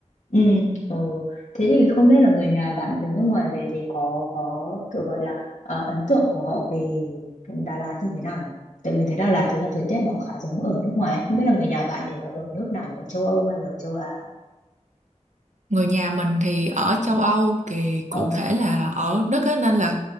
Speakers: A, on the left; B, on the right.
A: Ừ, ừ. Thế thì không biết là người nhà bạn từ nước ngoài về thì có có kiểu gọi là ờ, ấn tượng của họ về Đà Lạt như thế nào nhỉ? Tại vì mình thấy Đà Lạt thực ra thời tiết nó cũng khá giống ở nước ngoài ấy. Không biết là người nhà bạn thì là ở nước nào nhỉ? Ở châu Âu hay là ở châu Á?
B: người nhà mình thì ở châu
A: Ừ.
B: Âu thì
A: Ờ,
B: cụ thể là ở Đức á, nên là